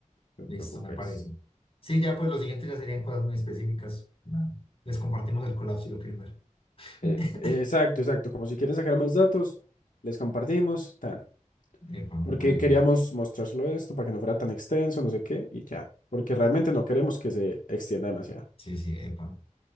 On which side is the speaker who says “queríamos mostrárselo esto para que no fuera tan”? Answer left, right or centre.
Left